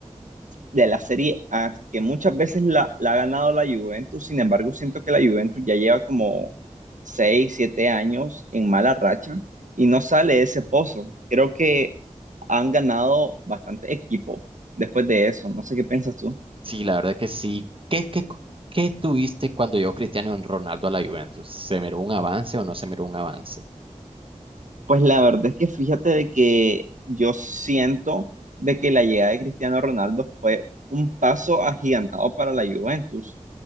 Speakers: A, on the right; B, on the right.
A: de la Serie A, que muchas veces la, la ha ganado la Juventus. Sin embargo, siento que la Juventus ya lleva como 6, 7 años en mala racha y no sale de ese pozo. Creo que han ganado bastante equipo después de eso. No sé qué piensas tú.
B: Sí, la verdad que sí. ¿Qué, qué, qué tuviste cuando llegó Cristiano Ronaldo a la Juventus? ¿Se miró un avance o no se miró un avance?
A: Pues la verdad es que fíjate de que yo siento de que la llegada de Cristiano Ronaldo fue un paso agigantado para la Juventus.